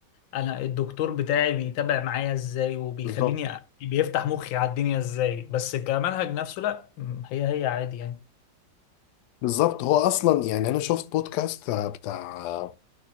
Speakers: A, on the left (about 85°); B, on the left (about 70°).
A: انا الدكتور بتاعي بيتابع معايا ازاي وبيخليني
B: بالظبط
A: أ- بيفتح مخي على الدنيا ازاي بس كمنهج نفسه لا م، هي هي عادي يعني
B: بالظبط هو اصلا يعني انا شفت بودكاست بتاع